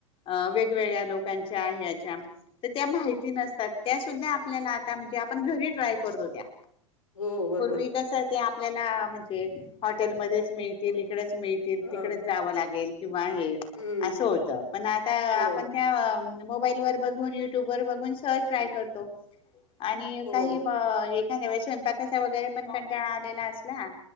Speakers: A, on the left; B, on the left.
A: अ वेगवेगळ्या लोकांच्या हयाच्या त त्या माहिती नसतात त्या सुद्धा आपल्याला आता म्हण जे आपण घरी ट्राय करतो त्या
B: हो बरोबर
A: पूर्वी
B: आहे
A: कसं ते आपल्याला म्हणजे हॉटेलमध्येचं मिळतील. तिकडेच मिळतील तिकडेच
B: हा
A: जावं लागेल. किंवा हे
B: हम्म
A: असं होत पण आता
B: हो
A: आपण त्या मोबाईल वर बघून युट्यूब वर बघून सहज ट्राय करतो. आणि
B: हो
A: काही म हे हा नव्हे स्वयंपाकाचा वगैरे पण कंटाळा आलेला असला